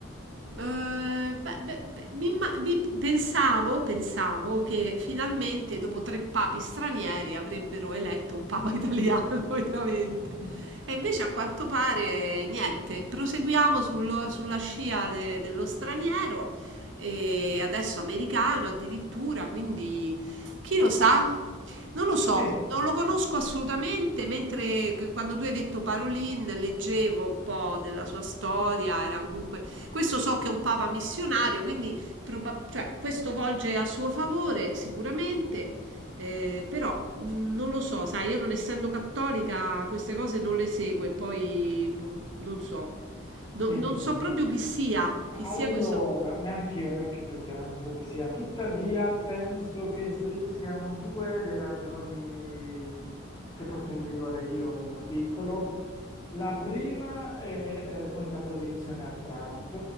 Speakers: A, on the right; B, on the left.
A: Eh, beh, beh, beh, mi imma- mi- pensavo, pensavo che finalmente dopo tre papi stranieri avrebbero eletto un papa italiano, <laughs> veramente.
B: <laughs>
A: E invece a quanto pare niente. Proseguiamo sullo- sulla scia de- dello straniero e adesso americano addirittura, quindi chi lo sa? Non lo so,
B: Sì,
A: non lo conosco assolutamente, mentre che- quando tu hai detto Parolin leggevo un po' della sua storia, era comunque questo so che è un papa missionario, quindi proba- cioè, questo volge a suo favore sicuramente, eh, però mh, non lo so, sai, io non essendo cattolica queste cose non le seguo e poi boh, non so, No-
B: sì.
A: non so proprio chi sia, chi sia
B: Allora,
A: questo.
B: neanche io, neanche io chiaramente so chi sia, tuttavia penso che si- siano due le ragioni che posso individuare io nel mio piccolo. La prima è eh, contrapposizione a Trump,